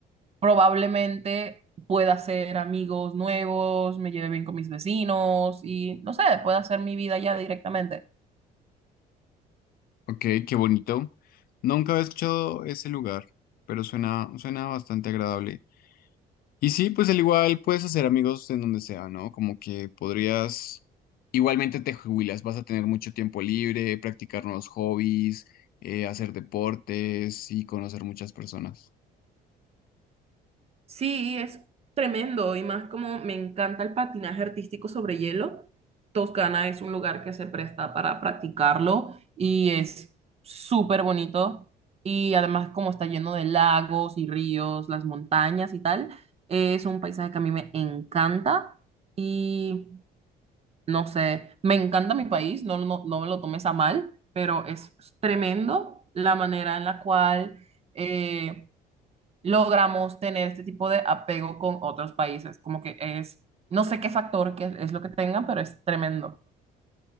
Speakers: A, on the right; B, on the left.
A: probablemente pueda hacer amigos nuevos, me lleve bien con mis vecinos y no sé, pueda hacer mi vida ya directamente.
B: Ok, qué bonito. Nunca había escuchado ese lugar, pero suena, suena bastante agradable. Y sí, pues al igual puedes hacer amigos en donde sea, ¿no? Como que podrías, igualmente te jubilas, vas a tener mucho tiempo libre, practicar nuevos hobbies, eh, hacer deportes y conocer muchas personas.
A: Sí, es tremendo y más como me encanta el patinaje artístico sobre hielo. Toscana es un lugar que se presta para practicarlo y es súper bonito y además como está lleno de lagos y ríos, las montañas y tal, es un paisaje que a mí me encanta y no sé, me encanta mi país, no, no, no me lo tomes a mal, pero es tremendo la manera en la cual... eh, logramos tener este tipo de apego con otros países. Como que es, no sé qué factor que es lo que tengan, pero es tremendo.